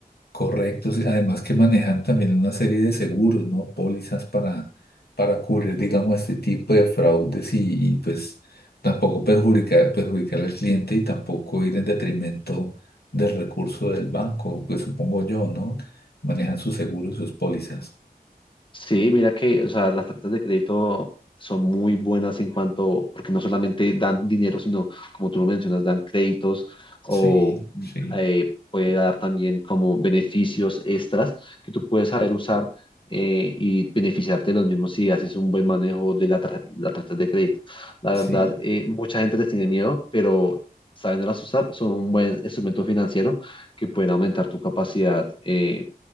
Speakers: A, on the left; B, on the left.
A: Correcto. sí. Además que manejan también una serie de seguros, ¿no? Pólizas para, para cubrir, digamos, este tipo de fraudes y, y, pues tampoco perjudicar, perjudicar al cliente y tampoco ir en detrimento del recurso del banco, pues supongo yo, ¿no? Manejan sus seguros y sus pólizas.
B: Sí, mira que, o sea, las tarjetas de crédito son muy buenas en cuanto, porque no solamente dan dinero, sino, como tú lo mencionas, dan créditos o
A: Sí, sí,
B: eh, puede dar también como beneficios extras que tú puedes saber usar eh, y beneficiarte de los mismos si haces un buen manejo de la tar- las tarjetas de crédito. La
A: sí,
B: verdad, eh, mucha gente les tiene miedo, pero sabiéndolas usar, son un buen instrumento financiero que pueden aumentar tu capacidad. eh,